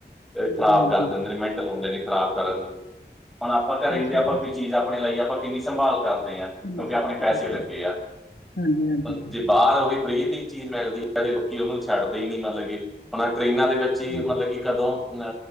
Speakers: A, in the centre; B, on the left (about 85°).
A: ਤੇ
B: ਹਾਂਜੀ
A: ਖਰਾਬ
B: ਹਾਂਜੀ
A: ਕਰ ਦੇਂਦੇ ਨੇ ਮਿੰਟ ਲਾਓਂਦੇ ਨੇ ਖਰਾਬ ਕਰਨ ਨੂੰ। ਹੁਣ ਆਪਾਂ ਘਰੇ ਈ ਦੇ
B: ਸ਼ਹਿਰਾਂ
A: ਆਪਾਂ
B: ਚ
A: ਕੋਈ ਚੀਜ਼ ਆਪਣੇ ਲਾਈਏ ਆਪਾਂ ਕਿੰਨੀ ਸੰਭਾਲ ਕਰਦੇ ਆਂ
B: ਕਿੰਨਾ
A: ਕਿਉਂਕੀ
B: ਸੰਭਾਲ
A: ਆਪਣੇ ਪੈਸੇ
B: ਕਰਦੇ
A: ਲੱਗੇ ਆ।
B: ਹਾਂਜੀ ਹਾਂਜੀ
A: ਪਗ
B: ਹਾਂਜੀ
A: ਤੇ, ਬਾਹਰ ਓਵੀ ਫ੍ਰੀ ਦੀ ਚੀਜ਼ ਮਿਲਦੀ ਐ ਲੋਕੀ ਓਨੂੰ ਛੱਡਦੇ ਈ ਨਈ ਮਨ ਲੋ ਕੀ ਓ ਟ੍ਰੇਨਾਂ ਦੇ ਵੇਚ ਈ ਮਨਾ
B: ਹਾਂਜੀ
A: ਲੋ ਕੀ ਜਦੋ ਮੈ